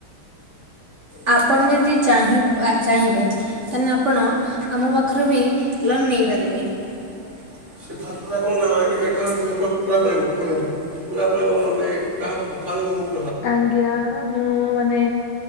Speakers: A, on the right (about 35°); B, on the left (about 65°).
A: ଆପଣ ଯଦି ଚାହିଁ-ଚାହିଁବେ ତାହେନେ ଆପଣ ଆମ ପାଖରୁ ବି ଲୋନ୍ ନେଇପାରିବେ। <unintelligible> ହାଲୋ।
B: ଆଜ୍ଞା ମୁଁ ମାନେ